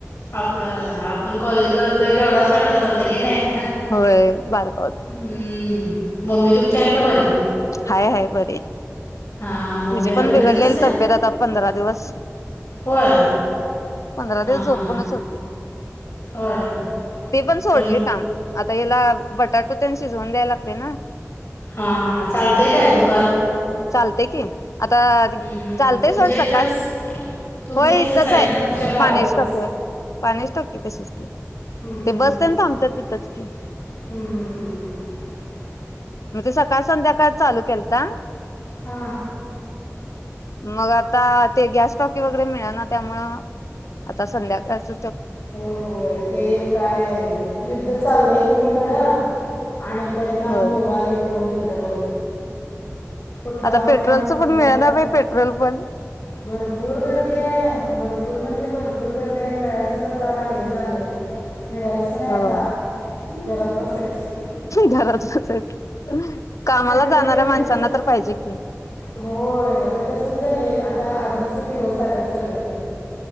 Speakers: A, on the left; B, on the left.
A: आप आपण कॉलेजला होत तेंव्हा केवढा छोटासा होता की नाही?
B: होय बारका
A: हम्म. मम्मी तुमची आहे का बरी
B: हाय हाय बर
A: हां हां मम्मी
B: तिची
A: आता
B: पण
A: घरीच
B: बिघडलेली
A: असत्या
B: तब्येत आता पंधरा दिवस.
A: होय
B: पंधरा
A: हां
B: दिवस
A: हां
B: झोपूनच
A: हां
B: होते.
A: होय.
B: ती पण सोडली
A: कमी
B: काम आता याला बटाटू तेन शिजवून द्यायला लागते ना.
A: हा हा चालतय काय दुकान?
B: चालतय की आता
A: हम्म हम्म हम्म.
B: चालतंय
A: तुमच्या
B: सोड सकाळ
A: इथंच तुमच्या
B: होय इथंच आहे
A: ना तुमच्या गावातच
B: पाण्याच्या टाकी वर पान्याची टाकी तशीच की.
A: हम्म
B: ते बस
A: हम्म
B: तेन थांबतात
A: हम्म
B: तिथंच
A: हम्म
B: की
A: हम्म हम्म हम्म हम्म.
B: मग ते सकाळ संध्याकाळ चालू केलता.
A: हा.
B: मग आता ते गॅस टॉकी वगैरे मिळे ना त्यामुळे. आता संध्याकाळच
A: होय होय ते एक काय युद्ध चाललंय कोणीकडं आणि परिणाम
B: होय
A: भोगालय कोन इकड बघ. कुठला
B: आता
A: परिणाम
B: पेट्रोलच
A: कुठलं
B: पण मिळणा
A: काय
B: बाई पेट्रोल पण
A: भरपूर गर्दी हाय भरपूर म्हणजे भरपूर गर्दी हाय आहे मिळायचंच आता हे झालय फिरायचं नाही
B: होय
A: आता घरात बसायचं.
B: घरात बसायचं कामाला
A: सायकल
B: जाणाऱ्या
A: घेऊन फिरायचं
B: माणसांना तर पाहिजे की.
A: होय आता तसच झालंय आता आधीच दिवस आलात सगळं